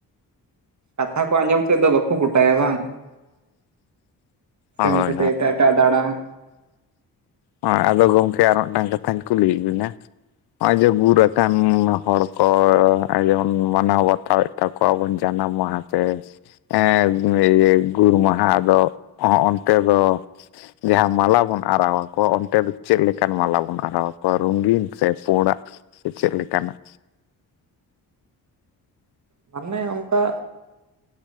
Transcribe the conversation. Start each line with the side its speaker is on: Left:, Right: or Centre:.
Right: ᱠᱟᱛᱷᱟ ᱠᱚ ᱟᱸᱡᱚᱢ ᱥᱮᱫ ᱫᱚ ᱵᱟᱠᱚ ᱜᱚᱴᱟᱭᱟ ᱵᱟᱝ? ᱥᱮᱱ
Left: ᱦᱳᱭ
Right: ᱠᱟᱛᱮ ᱮᱴᱟᱜ ᱮᱴᱟᱜ ᱫᱟᱸᱬᱟ᱾
Left: ᱦᱚᱜ-ᱚᱭ ᱟᱫᱚ ᱜᱚᱢᱠᱮ ᱟᱨᱚ ᱢᱤᱫᱴᱟᱝ ᱠᱟᱛᱷᱟᱧ ᱠᱩᱞᱤᱭᱮᱫ ᱵᱤᱱᱟ ᱦᱚᱸᱜᱼᱚᱭ ᱡᱮ ᱜᱩᱨ ᱟᱠᱟᱱ ᱦᱚᱲ ᱠᱚ ᱟᱨ ᱡᱮᱢᱚᱱ ᱢᱟᱱᱟᱣ ᱵᱟᱛᱟᱣᱮᱫ ᱛᱟᱠᱚᱣᱟ ᱡᱟᱱᱟᱢ ᱢᱟᱦᱟ ᱥᱮ ᱮᱸᱜ ᱤᱭᱟᱹ ᱜᱩᱨ ᱢᱟᱦᱟ ᱟᱫᱚ ᱚᱱᱛᱮ ᱫᱚ᱾ ᱡᱟᱦᱟᱸ ᱢᱟᱞᱟ ᱵᱚᱱ ᱟᱨᱟᱣ ᱟᱠᱚᱣᱟ, ᱚᱱᱛᱮ ᱫᱚ ᱪᱮᱫ ᱞᱮᱠᱟᱱ ᱢᱟᱞᱟ ᱵᱚᱱ ᱟᱨᱟᱣᱟ ᱠᱚᱣᱟ ᱨᱚᱝᱜᱤᱱ ᱥᱮ ᱯᱳᱸᱲᱟᱜ᱾ ᱥᱮ ᱪᱮᱫ ᱞᱮᱠᱟᱱᱟᱜ᱾
Right: ᱢᱟᱱᱮ ᱚᱱᱠᱟ᱾